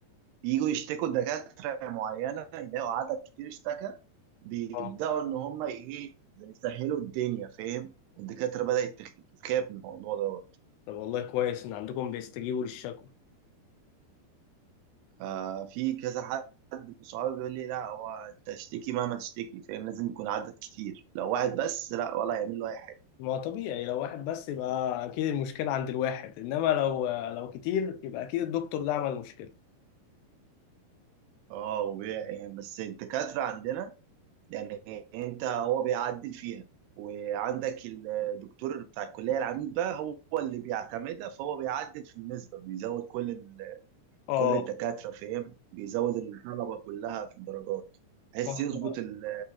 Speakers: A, on the right; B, on the left.
A: بييجوا يشتكوا دكاترة معينة يلاقوا عدد كتير اشتكى بيبدأوا
B: أه
A: إن هم إيه زي يسهلوا الدنيا فاهم والدكاترة بدأت تخ- تخاف من الموضوع دوت
B: طب والله كويس إن عندكم بيستجيبوا للشكوى
A: آه، في كذا حد من صحابي بيقول لي لا هو أنت اشتكي مهما تشتكي فاهم لازم يكون عدد كتير لو واحد بس لا ولا يعمل له أي حاجة
B: ما طبيعي لو واحد بس يبقى أكيد المشكلة عند الواحد إنما لو لو كتير يبقى أكيد الدكتور ده عمل مشكلة
A: اه وبي- يعني بس الدكاترة عندنا يعني انت هو بيعدل فيها وعندك الدكتور بتاع الكليه العميد بقى هو اللي بيعتمدها فهو بيعدل في النسبه بيزود كل ال...
B: أه
A: كل الدكاتره فاهم بيزود الطلبه كلها في الدرجات بحيث
B: ما
A: يظبط
B: إحنا-
A: ال-